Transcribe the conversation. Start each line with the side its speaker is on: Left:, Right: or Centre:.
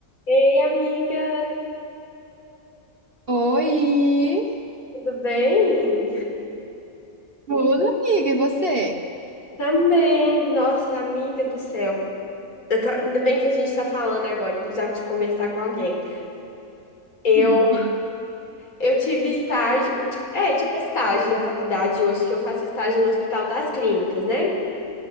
Left: Ei, amiga,
Right: Oi!
Left: tudo bem?
Right: Tudo, amiga, e você?
Left: Também, nossa, amiga do céu. Eu ta- Ainda bem que a gente tá falando agora, eu precisava de conversar com alguém. Eu,
Right: <laughs>
Left: eu tive estágio, é, tipo estágio da faculdade hoje, que eu faço estágio no Hospital das Clínicas, né?